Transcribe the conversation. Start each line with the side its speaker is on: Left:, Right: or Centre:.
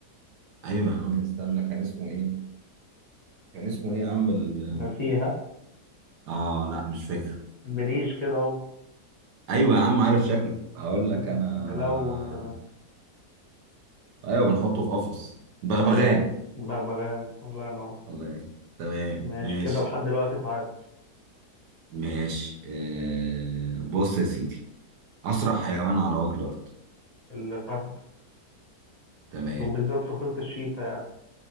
Right: ايوه يا عم استنى كان اسمه ايه كان اسمه ايه يا عم ال...
Left: نسيها
Right: اه لا مش فاكر
Left: بريش كده اهو
Right: ايوه يا عم عارف شكله هقول
Left: مم،
Right: لك انا
Left: ملون كمان
Right: ايوه بنحطه في قفص بغبغان
Left: ايوه بغبغان الله ينور
Right: الله يعين. تمام
Left: ماشي
Right: ماشي
Left: كده لحد دلوقتي تعادل
Right: ماشي آه بص يا سيدي اسرع حيوان على وجه الارض
Left: الفهد
Right: تمام
Left: وبالذات فصيلة الشيتا يعني